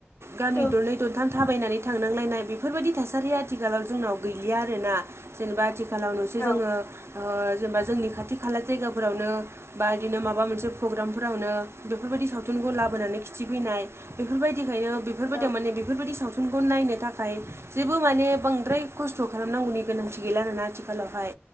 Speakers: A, on the right; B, on the left.
A: गामि
B: औ
A: दरनै दरथाम थाबायनानै थांनांलायनाय बेफोरबायदि थासारिया आथिखालाव जोंनाव गैलिया आरोना जेनेबा आथि खालाव नुसै
B: औ
A: जोङो ओ जेनेबा जोंनि खाथि खाला जायगाफोरावनो बा बिदिनो माबा मोनसे प्रग्रामफोरावनो बेफोरबायदि सावथुनखौ लाबो बोनानै खिथिफैनाय बेफोरबायदिखायनो बेफोरबायदियाव
B: औ
A: माने बेफोरबायदि सावथुनखौ नायनो थाखाय जेबो माने बांद्राय खस्थ' खालामनांगौनि गोनांथि गैला आरोना आथिखालावहाय।